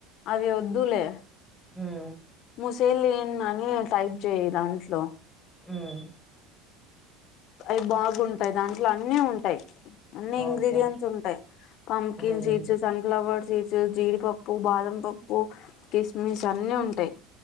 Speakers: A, on the left; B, in the centre.
A: అవి వద్దులే
B: ఉం
A: ముూసేలు <unintelligible> ఏ అని టైప్ చేయయి దాంట్లో
B: ఉం
A: అవి బాగుంటాయి దాంట్లో అన్నీ ఉంటాయి అన్ని ఇంగ్రిడియంట్స్
B: ఓకే
A: ఉంటాయి పంపికిన్
B: ఉమ్
A: సీడ్స్ సన్ఫ్లవర్ సీడ్స్ జీడిపప్పు బాదం పప్పు కిస్మిస్ అన్ని ఉంటాయి